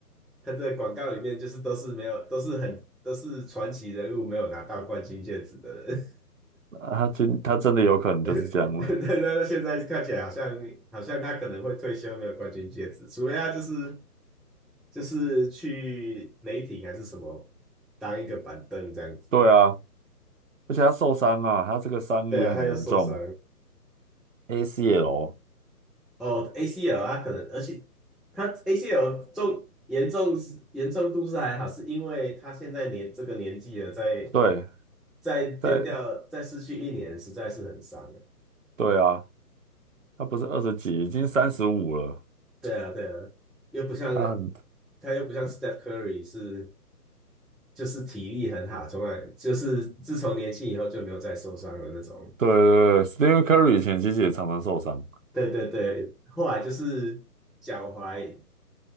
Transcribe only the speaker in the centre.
他在广告里面就是都是没有都是很都是传奇人物没有拿到冠军戒指的人。<laughs>
<laughs> 对对，那那现在看起来好像好像他可能会退休，没有冠军戒指，除非他就是就是去雷霆还是什么当一个板凳这样子。
对啊，他又受伤
哦，ACL 他可能，而且他 ACL 重严重是严重度是还好，是因为他现在年这个年纪了，再
再丢掉再失去一年，
实在是很伤啊。
对啊，对啊，又不像
他又不像 Steph Curry 是就是体力很好，从来就是自从年轻以后就没有再受伤的那种。
对对对，后来就是脚踝，